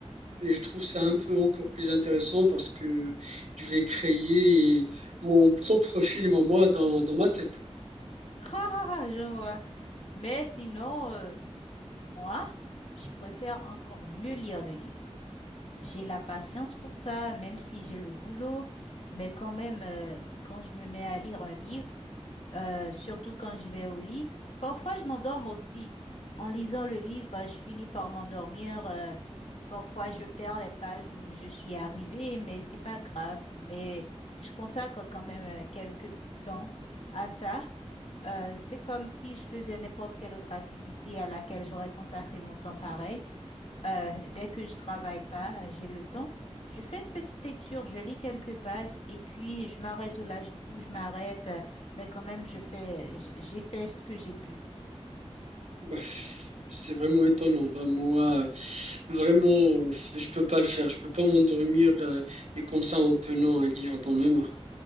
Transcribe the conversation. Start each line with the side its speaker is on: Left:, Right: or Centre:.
Right: Et je trouve ça un peu encore plus intéressant parce que je vais créer mon propre film en moi dans, dans ma tête.
Left: Ah, ah, ah, je vois. Mais sinon, euh, moi, je préfère encore mieux lire le livre. J'ai la patience pour ça, même si j'ai le boulot, mais quand même, euh, quand je me mets à lire un livre, euh, surtout quand je vais au lit. Parfois, je m'endorme aussi. En lisant le livre, euh, je finis par m'endormir. euh, parfois, je perds les pages où je suis arrivée, mais c'est pas grave. Mais je consacre quand même euh, quelques temps à ça. Euh, c'est comme si je faisais n'importe quelle autre activité à laquelle j'aurais consacré mon temps pareil. Euh, dès que je travaille pas, j'ai le temps, je fais une petite lecture, je lis quelques pages et puis je m'arrête où, là, où je m'arrête, euh, mais quand même, je fais, j- j'ai fait ce que j'ai pu.
Right: Bah, c'est vraiment étonnant. Bah, moi, vraiment, je peux pas le faire. Je peux pas m'endormir euh, et comme ça en tenant un livre dans mes mains.